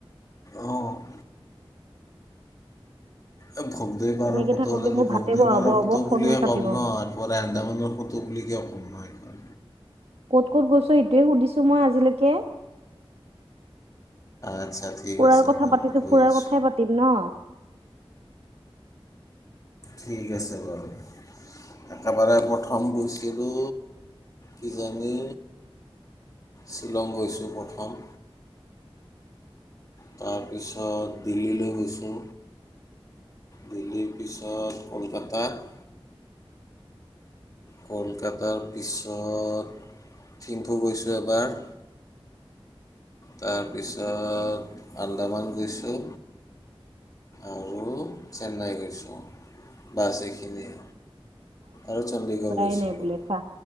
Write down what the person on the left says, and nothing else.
অঁ। এই ভোগদেৱ বাৰৰ
ফটো
হলেতো
ভোগদেৱ
বাৰৰ
ফটো
বুলিয়ে
ক'ম
ন, একেবাৰে আন্দামানৰ ফটো বুলি কিয় ক'ম। ন এইখন
আচ্ছা ঠিক
আছে
শুন
কৈ
আছোঁ
ঠিক আছে বাৰু একেবাৰে প্ৰথম গৈছিলোঁ কিজানি শ্বিলং গৈছোঁ প্ৰথম, তাৰপিছত দিল্লীলৈ গৈছোঁ, দিল্লীৰ পিছত কলকাতাত, কলকাতাৰ পিছত থিম্ফু গৈছোঁ এবাৰ, তাৰপিছত আন্দামান গৈছোঁ আৰু চেন্নাই গৈছোঁ। বাছ এইখিনিয়ে আৰু চণ্ডীগড়,
গৈছিলোঁ